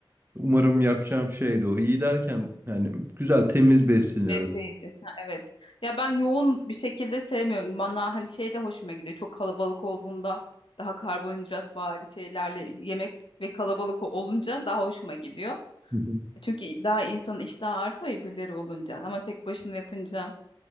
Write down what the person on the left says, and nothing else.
Besleyici. Ha, evet. Ya ben yoğun bir şekilde sevmiyorum. Bana hani şey de hoşuma gidiyor. Çok kalabalık olduğunda daha karbonhidrat var şeylerle yemek ve kalabalık olunca daha hoşuma gidiyor.
Çünkü daha insanın iştahı artıyor ya birileri olunca. Ama tek başına yapınca